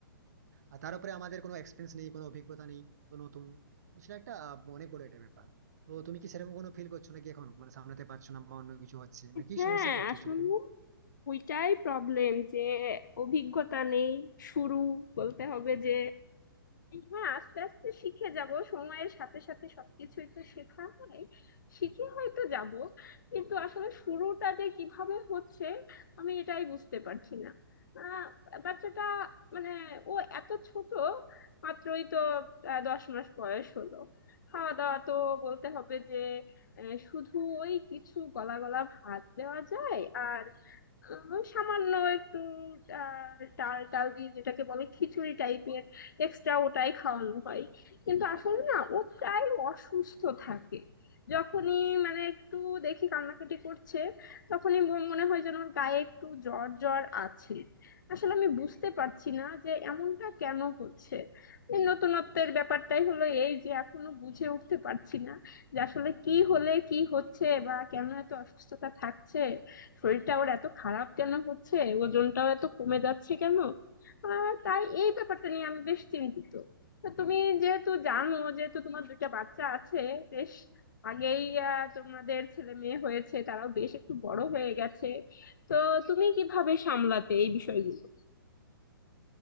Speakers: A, on the right (about 45°); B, on the left (about 55°).
A: আর তার উপরে আমাদের কোনো এক্সপিরিয়েন্স নেই কোনো অভিজ্ঞতা নেই তো নতুন তো সেটা একটা আহ, অনেক বড় একটা ব্যাপার তো তুমি কি সেরকম কোনো ফিল করছো নাকি এখন মানে সামলাতে পারছো না বা অন্য কিছু হচ্ছে মানে কি
B: হ্যাঁ
A: সমস্যায় পড়ছো
B: আসলে
A: অ্যাকচুয়ালি তুমি
B: ওইটাই প্রবলেম যে অভিজ্ঞতা নেই শুরু বলতে হবে যে হ্যাঁ আস্তে আস্তে শিখে যাব সময়ের সাথে সাথে সবকিছুই তো শেখা হয় শিখে হয়তো যাব কিন্তু আসলে শুরুটা যে কিভাবে হচ্ছে আমি এটাই বুঝতে পারছি না আহ বাচ্চাটা মানে ও এত ছোট মাত্রই তো আহ, দশ মাস বয়স হলো খাওয়া দাওয়া তো বলতে হবে যে আহ, শুধু ওই কিছু গলা গলা ভাত দেওয়া যায় আর আহ, সামান্য একটু আহ, ডাল টাল দিয়ে যেটাকে বলে খিচুড়ি টাইপের এক্সট্রা ওটাই খাওয়ানো হয় কিন্তু আসলে না ও প্রায় অসুস্থ থাকে যখনই মানে একটু দেখি কান্নাকাটি করছে তখনই মন- মনে হয় যেন ওর গায়ে একটু জ্বর জ্বর আছে আসলে আমি বুঝতে পারছি না যে এমনটা কেন হচ্ছে এই নতুনত্বের ব্যাপারটাই হলো এই যে এখনো বুঝে উঠতে পারছি না যে আসলে কি হলে কি হচ্ছে বা কেন এত অসুস্থতা থাকছে শরীরটা ওর এত খারাপ কেন হচ্ছে ওজনটাও এত কমে যাচ্ছে কেন আহ, তাই এই ব্যাপারটা নিয়ে আমি বেশ চিন্তিত তা তুমি যেহেতু জানো যেহেতু তোমার দুইটা বাচ্চা আছে বেশ আগেই আহ, তোমাদের ছেলে মেয়ে হয়েছে তারাও বেশ একটু বড় হয়ে গেছে তো তুমি কিভাবে সামলাতে এই বিষয়গুলো